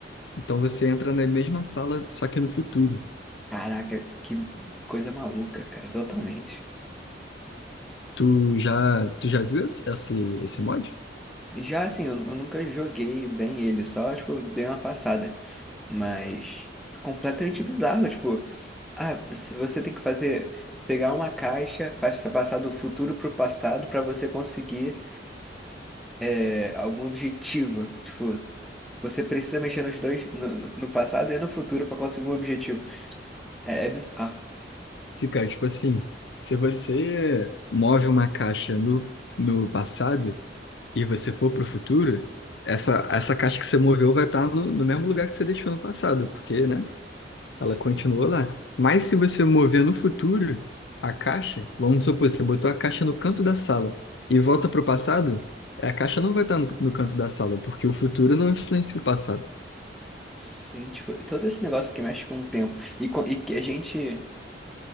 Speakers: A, on the left; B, in the centre.
A: Então você entra na mesma sala, só que no futuro.
B: Caraca, que coisa maluca, cara, totalmente.
A: Tu já, tu já viu esse, esse esse mod?
B: Já assim, eu, eu nunca joguei bem ele, só, tipo, dei uma passada. Mas completamente bizarro, tipo, ah, se você tem que fazer, pegar uma caixa, passa- passar do futuro pro passado pra você conseguir é, algum objetivo. Tipo, você precisa mexer nos dois, no, no no passado e no futuro pra conseguir um objetivo. É, é bizarro.
A: Se, cara, tipo assim, se você move uma caixa no, no passado e você for pro futuro, essa, essa caixa que você moveu vai estar no, no mesmo lugar que você deixou no passado, porque, né, ela
B: Sim,
A: continuou lá. Mas se você mover no futuro a caixa, vamos supor, você botou a caixa no canto da sala e volta pro passado, a caixa não vai estar no, no canto da sala, porque o futuro não influencia o passado.
B: sim, tipo, todo esse negócio que mexe com o tempo. E, co- e que a gente.